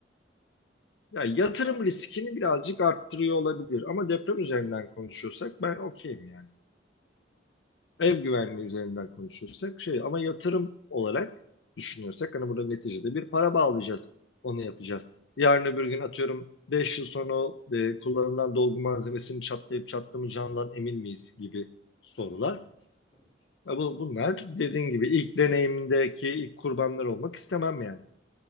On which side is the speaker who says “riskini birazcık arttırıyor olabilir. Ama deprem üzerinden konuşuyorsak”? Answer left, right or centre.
Left